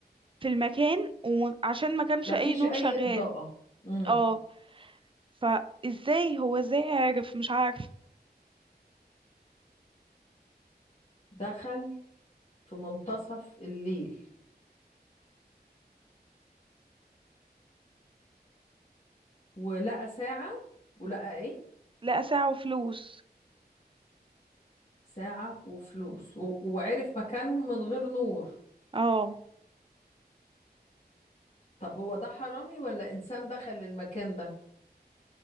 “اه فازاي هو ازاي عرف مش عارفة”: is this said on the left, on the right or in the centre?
Right